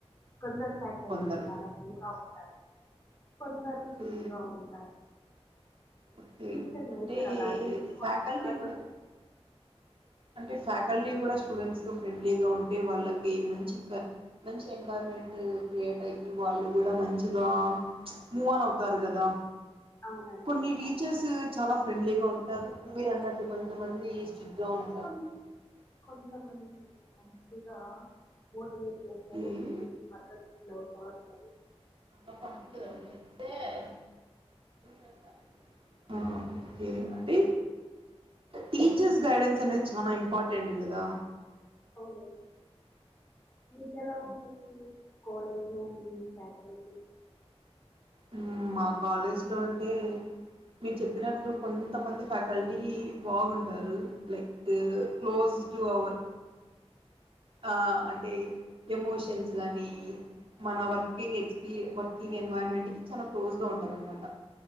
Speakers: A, on the left; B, on the right.
A: కొందరు ఫ్యాకల్టీ
B: కొందరు
A: చాలా ఫ్రీగా ఉంటారు కొందరు స్ట్రిక్ట్
B: ఓకే
A: గా ఉంటారు
B: ఓకే
A: టీచర్ నేచర్
B: అంటే
A: అలాంటిది కొన్నిసార్లు
B: ఫ్యాకల్టీ కూడా అంటే ఫ్యాకల్టీ కూడా స్టూడెంట్స్ తో ఫ్రెండ్లీగా ఉంటే వాళ్ళకి మంచి మంచి ఎన్వైరాన్మెంట్ క్రియేట్ అయ్యి వాళ్ళు కూడా మంచి ఇగా మూవాన్ తరగదా
A: అవునండి
B: కొన్ని
A: చాలా
B: టీచర్స్ చాలా ఫ్రెండ్లీగా ఉంటారు మీరు న్నట్లు కొంతమంది స్టిట్గా ఉన్
A: కొ కొంతమంది ఇంకా ఓట్ వే కొన్ని సార్లు
B: ఓకే
A: మంచిది పద్ధతి లో <unintelligible>
B: ఆహ్ పదతేందా <unintelligible> హా ఓకే అంటే టీచర్స్ గైడెన్స్ అనేది చాలా ఇంపార్టెంట్ కదా
A: అవునండి మీకెలా ఉంటాయి కాలేజు మీ ఫ్యాకల్టీ
B: హమ్ మా కాలేజ్ లో అంటే మీరు చెప్పినట్లు కొంతమంది ఫ్యాకల్టీ బాగుంటారు లైక్ క్లోజ్ టు అవర్ ఆహ్ అంటే ఎమోషన్స్ గానీ మన వర్కింగ్ ఎక్స్పీరి వర్కింగ్ ఎన్వర్న్మెంట్ కి చాలా క్లోజ్ గా ఉంటారు అనమాట